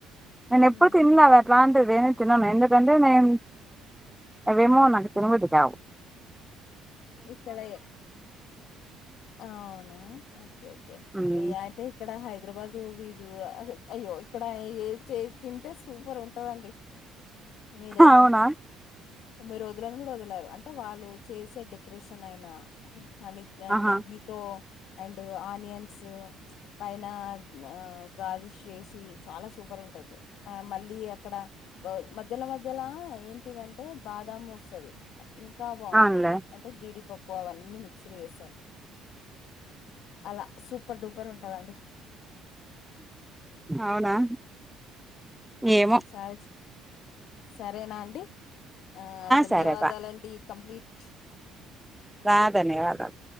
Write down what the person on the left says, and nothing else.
హ్మ్.
ఇక్కడ అవునా ఓకే ఏ
యితే ఇక్క ఇక్కడ హైదరాబాదు వీజ అయ్యో ఇక్కడ ఏ చే తింటే సూపర్ ఉంటదండి మీరైతే
మీరు వదలని కూడా వదలరు అంటే వాళ్ళు చేసే క్రేషన్ అయిన అనిద్ధండి
నెయ్యితో అండ్ ఆనియన్స్ పైన ఆ గనిష్ చేసి చాలా సూపర్ ఉంటుంది ఆ మళ్ళీ అక్కడ మధ్యల మధ్యల ఏంటిదంటే బాదం వస్తది ఇంకా బాగుంటుంది
అంటే జీడిపప్పు అవన్నీ మిక్స్డ్ చేస్తారు అలా సూపర్ డూపర్ ఉంటదండి
ఒకసారి సరేనా అండి ఆ ధన్యవాదాలండి
కంప్లీట్